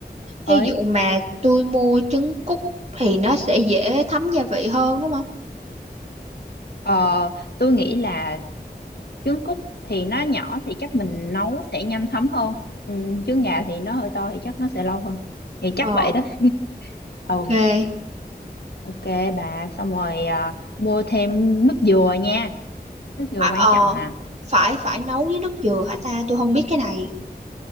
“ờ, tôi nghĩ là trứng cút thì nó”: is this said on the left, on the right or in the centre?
Left